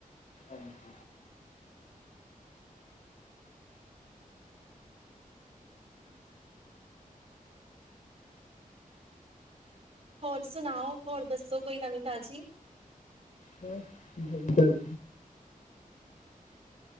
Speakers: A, on the left; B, on the right.
A: ਹੋਰ
B: ਹੋਰ ਸੁਣਾਓ ਹੋਰ ਦੱਸੋ ਕੋਈ ਨਵੀਂ ਤਾਜ਼ੀ?
A: ਹੋਰ ਬਸ।